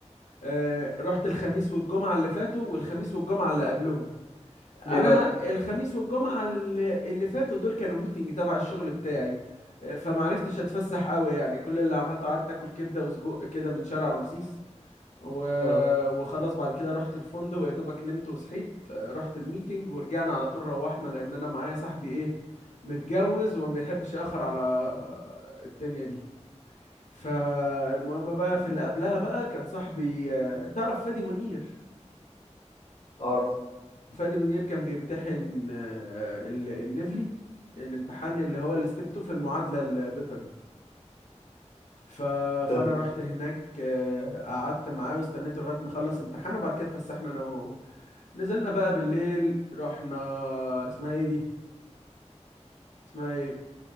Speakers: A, on the left; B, on the left.
A: آه، رحت الخميس والجمعة اللي فاتوا والخميس والجمعة اللي قبلهم
B: ليه
A: انا
B: بقى
A: الخميس والجمعه اللي اللي فاتوا دول كانوا ميتنج تبع الشغل بتاعي فمعرفتش اتفسح قوي يعني كل اللي عملته قعدت اكل كبده وسجق كده من شارع رمسيس و...
B: اه
A: وخلاص بعد كده رحت الفندق يا دوبك نمت وصحيت آه، رحت الميتنج ورجعنا على طول روحنا لان انا معايا صاحبي ايه متجوز وما بيحبش ياخر على الدنيا دي فالمهم بقى في اللي قبلها بقى كان صاحبي آه، تعرف فادي منير
B: اعرف
A: فادي منير كان بيمتحن آه، ال- النفلي الامتحان اللي هو الستيب 2 في المعادلة البيطري ف... فانا
B: تمام
A: رحت هناك آه، قعدت معاه واستنيته لغايه ما خلص امتحانه وبعد كده اتفسحنا انا وهو نزلنا بقى بالليل رحنا اسمها ايه دي اسمها ايه